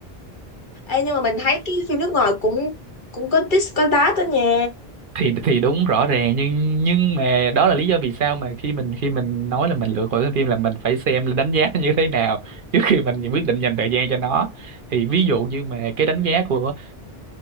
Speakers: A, on the left (about 55°); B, on the right (about 60°).
A: Ê, nhưng mà mình thấy cái phim nước ngoài cũng cũng có tít có tát đó nha
B: thì thì đúng rõ ràng nhưng nhưng mà đó là lý do vì sao mà khi mình khi mình nói là mình lựa khỏi cái phim là mình phải xem đánh giá nó như thế nào <laughs> trước khi mình quyết định dành thời gian cho nó thì ví dụ như mà cái đánh giá của